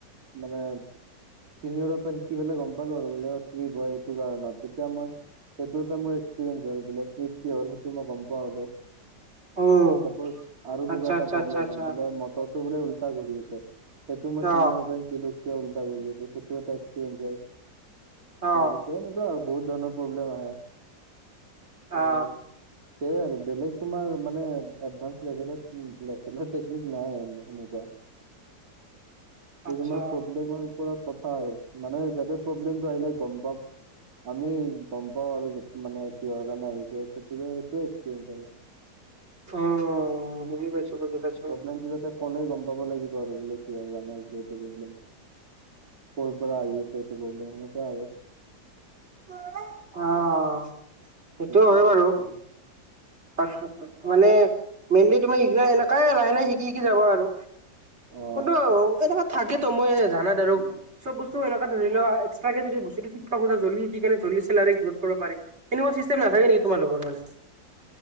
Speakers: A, on the right (about 55°); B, on the right (about 35°).
A: মানে চিনিয়ৰ পৰা শিকি পেলাই গম পালো আৰু বোলে ট্ৰিপ হয় এইটো কাৰণত, তেতিয়া মই সেইটো এটা মোৰ এক্সপেৰিয়েন্স হ'ল বোলে, ট্ৰিপ কি হ'ল সেইটো মই গম পোৱা হ'লো।
B: উম
A: চাপ'জ আৰু কিবা
B: আচ্ছা
A: এটা
B: আচ্ছা
A: প্ৰব্লেম
B: আচ্ছা আচ্ছা
A: হ'ল বোলে মটৰটো বোলে উল্টা ঘূৰি আছে, সেইটো মই
B: অ
A: চিনিয়ৰৰ পৰা শিকিলোঁ কিয় উল্টা ঘূৰি আছে। সেইটো এটা এক্সপেৰিয়েন্স হ'ল,
B: অ
A: তাৰপিছ সেই এনেকুৱা আৰু বহুত ধৰণৰ প্ৰব্লেম আহে, ত'
B: অ
A: সেইয়াই আৰু বেলেগ তোমাৰ মানে এডভানচ লেভেলত উম, <unintelligible> টেকনিক নাই আৰু সেনেকুৱা।
B: আচ্ছা
A: তোমাৰ প্ৰব্লেমৰ ওপৰত কথা আৰু মানে যাতে প্ৰব্লেমটো আহিলে গম পাম আমি গম পাওঁ আৰু মানে কিহৰ কাৰণে আহিছে, সেইটোৱে-সেইটোৱে এক্সপিৰিয়েঞ্চ আৰু।
B: অ', অ', বুজি পাইছো-বুজি পাইছো।
A: প্ৰব্লেমটো যাতে ক'লে গম পাব লাগিব আৰু বোলে কিহৰ কাৰণে হৈছে এইটো প্ৰব্লেম। ক'ৰ পৰা আহি আছে এইটো প্ৰব্লেম, সেনেকুৱা আৰু।
B: অ'। সেইটো
A: সেইটোৱে
B: হয়
A: এক্সপিৰিয়েঞ্চ।
B: বাৰু <unintelligible> মানে মেইনলি তোমাৰ ইগিলাই এনেকাই লাহে- লাহে শিকি- শিকি যাবা আৰু।
A: অ
B: কোনটো এনেকুৱা থাকেতো মই জানাত আৰু চব বস্তু এনেকুৱা ধৰি লোৱা এক্সট্ৰাকে যদি বস্তুটো শিকি থাকোঁতে জল্দি শিকি কেনে জল্দি চেলাৰী গ্ৰ'থ কৰিব পাৰি। এনেকোৱা ছিষ্টেম নাথাকে নেকি তোমালোকৰ মানে।